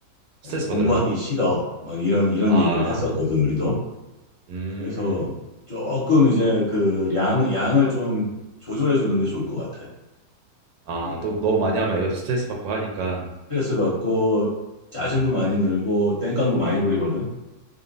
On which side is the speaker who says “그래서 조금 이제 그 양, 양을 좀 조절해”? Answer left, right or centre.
Left